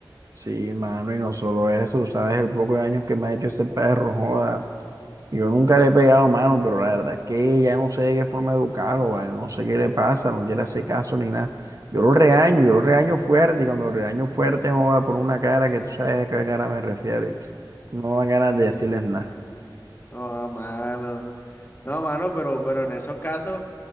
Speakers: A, on the right; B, on the left.
A: Sí, mano, y no solo eso, sabes el poco de daño que me ha hecho ese perro, joda. Yo nunca le he pegado mano, pero la verdad es que ya no sé de qué forma educarlo, ¿vale? No sé qué le pasa, no quiere hacer caso ni nada. Yo lo regaño, yo lo regaño fuerte, y cuando lo regaño fuerte, joda, por una cara que tú sabes a qué cara me refiero. y No dan ganas de decirles nada.
B: no, a mano. No, mano, pero, pero en esos casos,